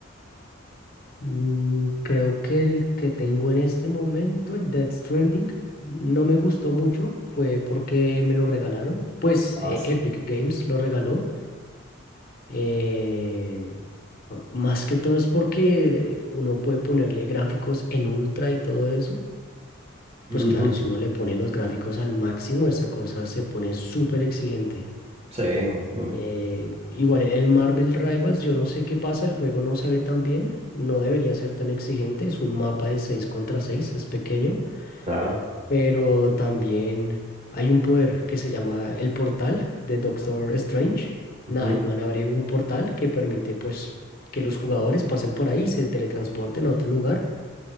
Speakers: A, on the left (about 45°); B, on the right (about 30°).
A: Mm, creo que el que tengo en este momento, el Death Stranding, no me gustó mucho, fue porque me lo regalaron, pues
B: Ah,
A: eh,
B: sí.
A: Epic Games lo regaló. Eh, más que todo es porque eh, uno puede ponerle gráficos en ultra y todo eso. Pues
B: Ujú,
A: claro, si uno le pone los gráficos al máximo, esa cosa se pone súper exigente.
B: Sí, sí,
A: Eh, igual el el Marvel Rivals, yo no sé qué pasa, el juego no se ve tan bien, no debería ser tan exigente, es un mapa de 6 contra seis es pequeño,
B: claro.
A: pero también hay un poder que se llama el portal de Doctor Strange.
B: ujú,
A: Nada, el man abre un portal que permite pues que los jugadores pasen por ahí y se teletransporten a otro lugar.